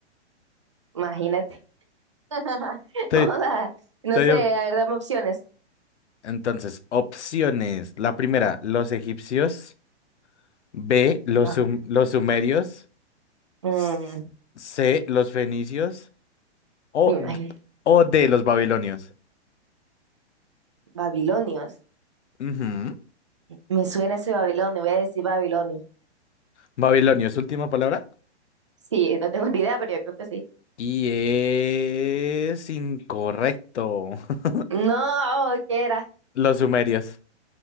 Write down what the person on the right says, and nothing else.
Imagínate. <laughs>
Joda. No
sé,
a ver, dame opciones.
No.
Mm,
me imagino.
Babilonios.
Me suena ese Babilonio, voy a decir Babilonio.
Sí, no tengo <laughs> ni idea, pero yo creo que sí.
No, ¿qué era?